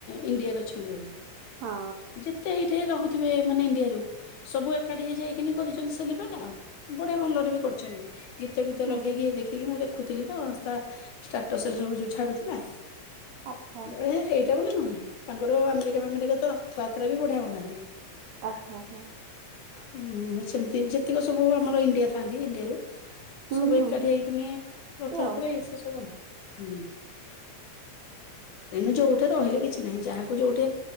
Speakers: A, on the left (about 75°); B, on the right (about 70°).
A: ଇଣ୍ଡିଆରେ ଅଛନ୍ତି ବୋଲି।
B: ହଁ
A: ଯେତେ ହେଇଠେ ରହୁ ଥିବେ ମାନେ ଇଣ୍ଡିଆରୁ ସବୁ ଏକାଠି ହେଇଯାଇ କେମି କରିଚନ୍ତି ସେଲିବ୍ରେଟ, ଆଉ ବଢିଆ ଭଲରେ ବି କରିଛନ୍ତି। ଗୀତ ଫିତ
B: ହୁଁ
A: ଲଗେଇକି ଇଏ ଦେଖିକି ମତେ ଦେଖିଥିଲି ତ ତା ଷ୍ଟାଟସରେ ସବୁ ଯଉ ଛାଡୁଥିଲା।
B: ଆଚ୍ଛା
A: ହେ ହେଇଟା ବୋଲି ନୁହଁ ତାଙ୍କର ଆମେରିକା ଫାମେରିକା ତ ରଥଯାତ୍ରା ବି ବଢିଆ ହଉନାହାନ୍ତି।
B: ଓ ହ ହ।
A: ହୁଁ ସେମିତି ଯେତିକି ସବୁ ଆମର ଇଣ୍ଡିଆ ଥାଆନ୍ତି ଇଣ୍ଡିଆରୁ
B: ହୁଁ
A: ସବୁ
B: ହୁଁ
A: ଏକାଠି
B: ଏମିତି
A: ହେଇକିନି ରଥଯାତ୍ରା
B: ଆଉ।
A: ଏସ ସବୁ ହୁଁ ତେଣୁ ଯୋଉଠି ରହିଲେ କିଛି ନାହିଁ ଯାହାକୁ ଯୋଉଠି